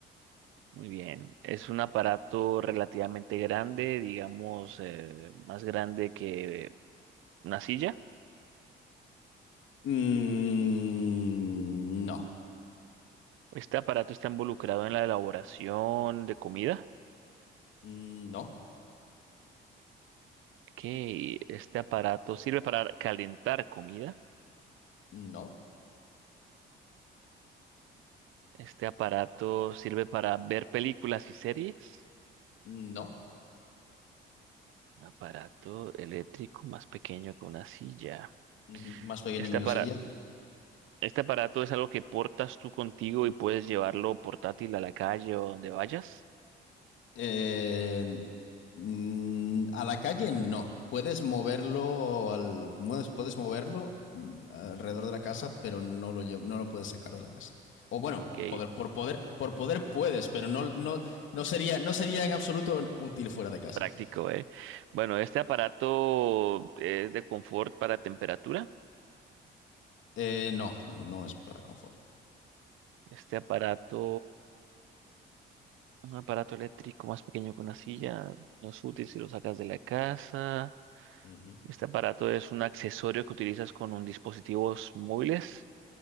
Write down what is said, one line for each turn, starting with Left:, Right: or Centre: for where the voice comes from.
Right: Muy bien. ¿Es un aparato relativamente grande, digamos, eh, más grande que una silla?
Left: Mm, no.
Right: ¿Este aparato está involucrado en la elaboración de comida?
Left: No.
Right: Ok, ¿este aparato sirve para calentar comida?
Left: No.
Right: ¿Este aparato sirve para ver películas y series?
Left: No.
Right: Un aparato eléctrico más pequeño que una silla.
Left: Ujú, Más pequeño
Right: Este
Left: que una
Right: aparato,
Left: silla.
Right: este aparato es algo que portas tú contigo y puedes llevarlo portátil a la calle o donde vayas.
Left: Eh, mm, a la calle no. Puedes moverlo al, puedes, puedes moverlo mm, alrededor de la casa, pero no lo lle- no lo puedes sacar de la casa. O bueno,
Right: Qué
Left: poder, por poder, por poder puedes, pero no, no, no sería, no sería en absoluto útil fuera de casa.
Right: práctico, ¿eh? Bueno, este aparato es de confort para temperatura.
Left: Eh, no, no es para confort.
Right: Este aparato, un aparato eléctrico más pequeño que una silla, no es útil si lo sacas de la casa.
Left: Ujú.
Right: Este aparato es un accesorio que utilizas con un dispositivos móviles,